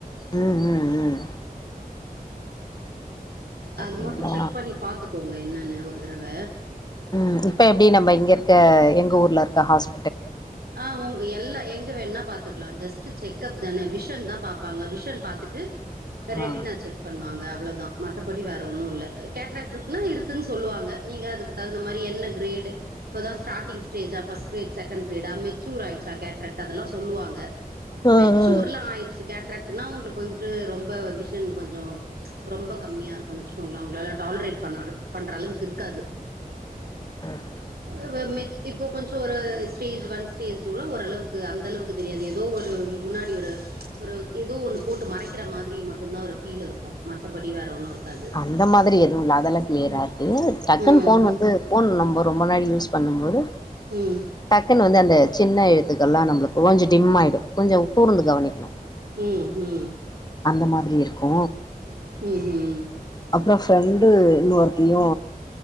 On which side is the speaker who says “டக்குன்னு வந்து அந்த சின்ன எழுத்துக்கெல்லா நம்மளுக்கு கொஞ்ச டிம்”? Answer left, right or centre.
Left